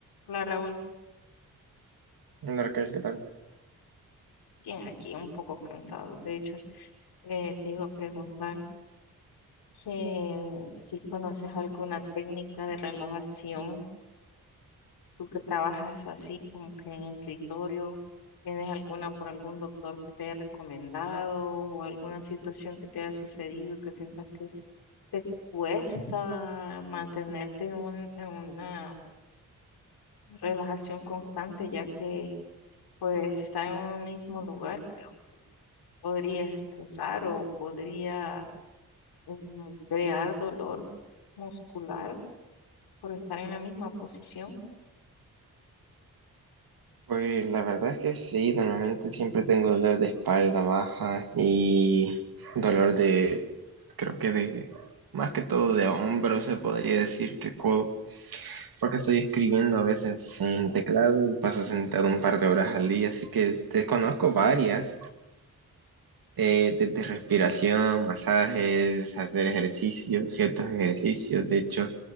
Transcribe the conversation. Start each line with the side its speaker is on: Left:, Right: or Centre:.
Left: Hola Raúl,
Right: Hola Raquel, ¿qué tal?
Left: bien aquí, un poco cansado. De hecho, eh, te iba a preguntar que si conoces alguna técnica de relajación, tú que trabajas así como que en escritorio, ¿tienes alguna por algún doctor que te haya recomendado o alguna situación que te haya sucedido que sientas que te cuesta mantenerte en, un- en una relajación constante ya que pues estar en un mismo lugar, creo, podría estresar o podría mm, crear dolor muscular por estar en la misma posición?
Right: Pues la verdad es que sí, normalmente siempre tengo dolor de espalda baja y dolor de, creo que de, más que todo de hombro se podría decir que codo, porque estoy escribiendo a veces en teclado y paso sentado un par de horas al día, así que te conozco varias, eh, desde respiración, masajes, hacer ejercicios, ciertos ejercicios, de hecho.